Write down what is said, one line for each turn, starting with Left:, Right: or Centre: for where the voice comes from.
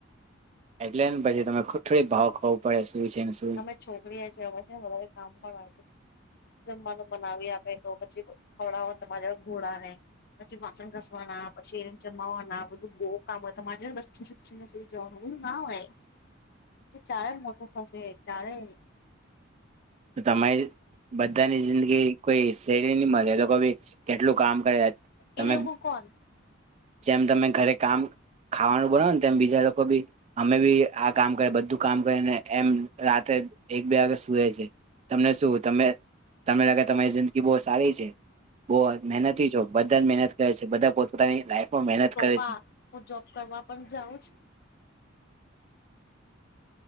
Right: એટલેને પછી તમે થોડી ભાવ ખબર પડે શું છે ન સુ
Left: અમે છોકરીએ છે અ છે ને વધારે કામ પણ આવેય છે. જમવાનું બનાવી આપે તો પછી ખવડાાવઓ તમારા ઘોડા ને પછી વાસણ ઘસવાના પછી એ જમાવાના બધું બહુ કામ હોય તો મા ને સુી જવાનું બું ના હોય.
Right: <inaudible>
Left: તો ચારે મોટો થશે ચારે
Right: તો તમારે બધાની જિંદગી કોઈ શડી ન મળે લોકો ભ કેટલું કામ કરે તમે
Left: એ લોકો કોણ
Right: જેમ તમે ઘરે કામ ખાવાનું બનાવો ને તેમ બીજા લોકો બી અમે બી આ કામ કર બધું કામ કરીને એમ રાતે એક બે વાગે સુએ છે તમને શું તમે તમને લાગે તમારી જિંદગી બહુ સારી છે બોહ મહેનતથી જો બધા જ મહેનત કરે છે બધા પોતાની લાઈફમાં મહેનત કરે છે
Left: હા હું જોબ કરવા પણ જાઉં છુ